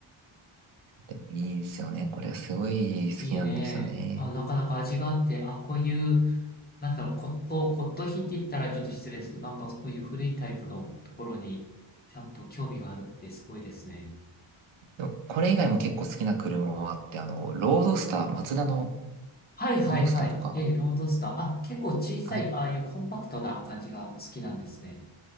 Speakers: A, on the right; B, on the left.
A: でもいいですよね。これすごい好きなんですよね。
B: う。いいね。あ、なかなか味があって、あ、こういう、なんだろう、骨董、骨董品って言ったらちょっと失礼ですけど、なんかこういう古いタイプのところに、ちゃんと興味があるってすごいですね。
A: でもこれ以外も結構好きな車はあって、あの、ロードスター、マツダの
B: はいはいはい。
A: ロードスターとか、
B: えー、ロードスター。あ、結構小さい、
A: はい
B: ああいうコンパクトな感じがお好きなんですね。